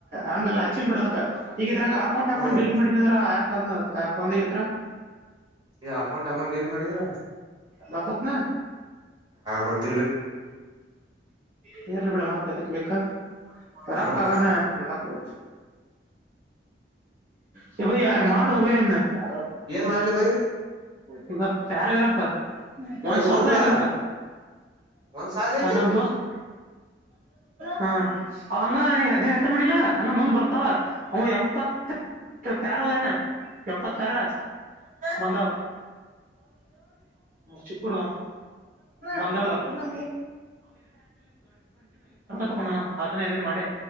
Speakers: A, on the right (about 45°); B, on the right (about 25°).
A: ಆಂಗಲಾ. ನ್ ಬಿಡೋದ ಈಗ ಇದ್ರಾಗ ಅಕೌಂಟ್ ಅಕೌಂಟ್
B: ಹ್ಮ್
A: ಡಿಲೀಟ್ ಮಾಡನಂದ್ರ ಆಪ್ ಆಪ್ ಬಂದಗಿಂತರ.
B: ಈ ಅಕೌಂಟ್ ಅಕೌಂಟ್ ಡಿೀಲ್ ಮಾಡಿದ್ರ.
A: ಬರ್ತತ್ನಾ.
B: ಗತ್ತ.
A: ಸೇರ್ಲಿ ಬಿೇಡ ಮಾತ ಎದಕ್ಕೆ ಬೇಕಾ. <inaudible> ತರಕ್ಕ
B: ಹ್ಮ್
A: ಆಗಾನ ನೋಡಕ್ರ. ಸರ್ವ ಭಯ ಮಾಡುವ ಬಯನ್. ಜ
B: ಏನ್ ಮಾಡ್ಲಿ ಬೈ
A: ಹಗ ಪ್ಯಾರಾಗ್ರಾಫ. ಒಂದ್
B: ಬೈ
A: ಸಾವರ
B: ಓದ್ಲಾ
A: ರೂಪಾಯಿ ಐತ
B: ಒಂದ್ ಸಾವಿರ ಐತಿ
A: ಅದ ನಮ ದೋಸ್ತ್. ಹ ಅವ ಹಂಗ ನೀ ಅದ ಹೆತ್ತ ಮಾಡಿಲ್ಲ ಹಂಗ ಮುಂದ್ ಬರ್ತಾವ ಅವ ಎಪ್ಪತ್. ತ ಪ್ಯಾರ ಹದಾನ. ಎಪ್ಪತ್ತಾರ ಬಂದ ಚಿಕ್ಕೂರ್ದ. ಬಂದ ಆ. ಐ ಸಾವಿ ರೂಪ ತೊೊಂಡ ನು ಆದೇ ಇದನ್ನ ಮಾಡಿ.